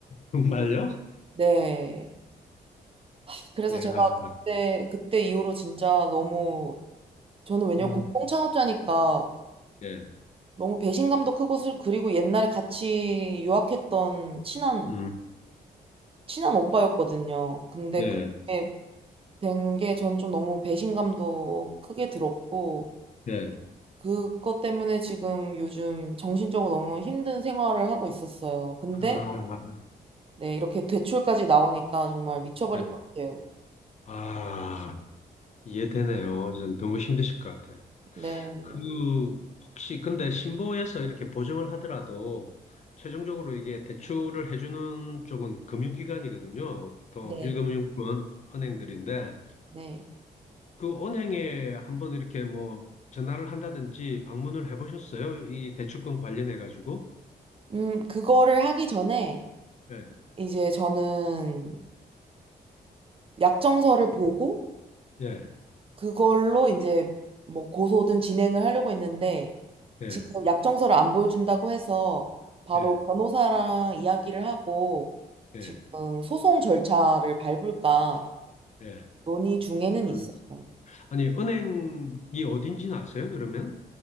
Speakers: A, on the left; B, on the right.
A: 정말요?
B: 네. 하, 그래서
A: 예,
B: 제가
A: 아,
B: 그때, 그때 이후로 진짜 너무, 저는 왜냐면
A: 음,
B: 공동 창업자니까
A: 예,
B: 너무 배신감도 크고, 슬- 그리고 옛날에 같이 유학했던 친한,
A: 음,
B: 친한 오빠였거든요. 근데
A: 예,
B: 그렇게 된 게 전 좀 너무 배신감도 크게 들었고,
A: 예.
B: 그것 때문에 지금 요즘 정신적으로 너무 힘든 생활을 하고 있었어요. 근데
A: 아,
B: 네, 이렇게 대출까지 나오니까 정말 미쳐버릴
A: 네.
B: 것 같아요.
A: 아, 이해되네요. 전 너무 힘드실 것 같아요.
B: 네,
A: 그 혹시 근데 신보에서 이렇게 보증을 하더라도 최종적으로 이게 대출을 해주는 쪽은 금융기관이거든요. 보통
B: 네.
A: 일금융권 은행들인데
B: 네.
A: 그 은행에 한번 이렇게 뭐 전화를 한다든지 방문을 해보셨어요? 이 대출권 관련해 가지고?
B: 음, 그거를 하기 전에
A: 예,
B: 이제 저는 약정서를 보고
A: 예,
B: 그걸로 이제 뭐 고소든 진행을 하려고 했는데
A: 예,
B: 지금 약정서를 안 보여준다고 해서 바로
A: 예,
B: 변호사랑 이야기를 하고
A: 예,
B: 지금 소송 절차를 밟을까
A: 예.
B: 논의 중에는
A: 음.
B: 있어요.
A: 아니 은행이 어딘지는 아세요? 그러면?